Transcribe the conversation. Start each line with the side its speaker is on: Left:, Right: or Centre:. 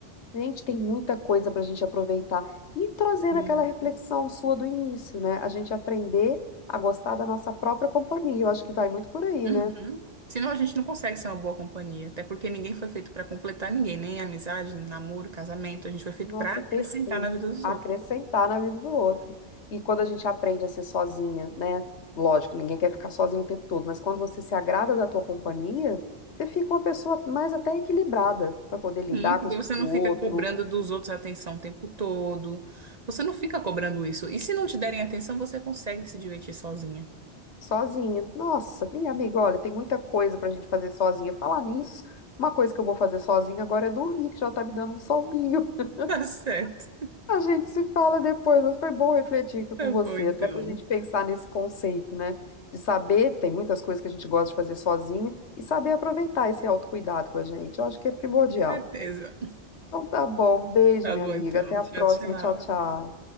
Left: Gente, tem muita coisa para a gente aproveitar. E trazendo
Right: sim.
Left: aquela reflexão sua do início, né? A gente aprender a gostar da nossa própria companhia. Eu acho que vai muito por aí,
Right: Uhum.
Left: né?
Right: Senão a gente não consegue ser uma boa companhia, até porque ninguém foi feito para completar ninguém, nem amizade, nem namoro, casamento. A gente foi feito
Left: Nossa,
Right: para acrescentar
Left: perfeito.
Right: na vida dos
Left: Acrescentar
Right: outros.
Left: na vida do outro. E quando a gente aprende a ser sozinha, né? Lógico, ninguém quer ficar sozinho o tempo todo, mas quando você se agrada da tua companhia, você fica uma pessoa mais até equilibrada para poder lidar
Right: Sim, porque
Left: com os-
Right: você não
Left: com o
Right: fica
Left: outro
Right: cobrando dos outros atenção o tempo todo. Você não fica cobrando isso. E se não te derem atenção, você consegue se divertir sozinha. <laughs>
Left: Sozinha. Nossa, e amiga, olha, tem muita coisa pra gente fazer sozinha. Falar nisso, uma coisa que eu vou fazer sozinha agora é dormir, que já tá me dando um soninho. <laughs>
Right: Tá certo.
Left: A gente se fala depois, mas foi bom refletir aqui
Right: Tá
Left: com você,
Right: bom, então.
Left: até pra gente pensar nesse conceito, né? De saber, tem muitas coisas que a gente gosta de fazer sozinha, e saber aproveitar esse autocuidado com a gente. Eu acho que é primordial.
Right: Com certeza.
Left: Então tá bom, um beijo,
Right: Tá
Left: minha
Right: bom,
Left: amiga.
Right: então.
Left: Até a
Right: Tchau,
Left: próxima.
Right: tchau.
Left: Tchau, tchau.